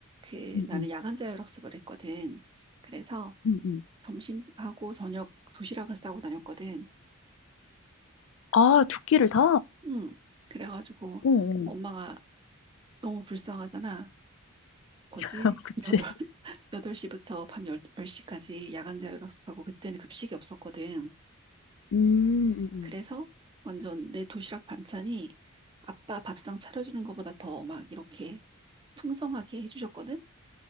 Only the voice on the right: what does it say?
그
나는
야간 자율학습을 했거든. 그래서
점심하고 저녁 도시락을 싸고 다녔거든.
응. 그래가지고
엄마가 너무 불쌍하잖아. 뭐지?
여덟 <laughs> 8시부터 밤 10, 시까지 야간 자율학습하고 그때는 급식이 없었거든.
그래서 완전 내 도시락 반찬이 아빠 밥상 차려주는 것보다 더 막 이렇게 풍성하게 해주셨거든.